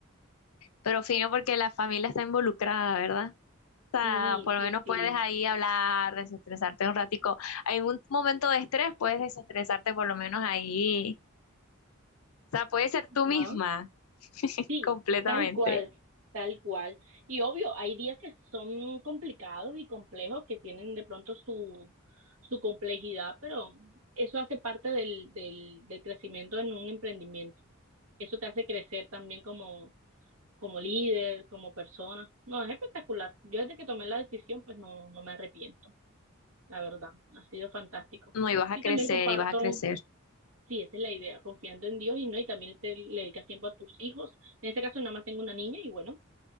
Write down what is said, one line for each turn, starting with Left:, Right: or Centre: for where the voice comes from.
Left: Pero fino porque la familia está involucrada, ¿verdad? O sea,
Right: Sí,
Left: por lo
Right: sí,
Left: menos
Right: sí.
Left: puedes ahí hablar, desestresarte un ratico. En un momento de estrés puedes desestresarte por lo menos ahí. O sea, puedes ser tú
Right: Ajá.
Left: misma <laughs>
Right: Sí,
Left: completamente.
Right: tal cual, tal cual. Y obvio, hay días que son complicados y complejos, que tienen de pronto su, su complejidad, pero eso hace parte del, del, del crecimiento en un emprendimiento. Eso te hace crecer también como, como líder, como persona. No, es espectacular. Yo desde que tomé la decisión, pues no, no me arrepiento, la verdad. Ha sido fantástico.
Left: No, y vas a
Right: Y
Left: crecer,
Right: también comparto
Left: y vas a crecer.
Right: Sí, esa es la idea, confiando en Dios y no, y también te le dedicas tiempo a tus hijos. En este caso nada más tengo una niña y bueno,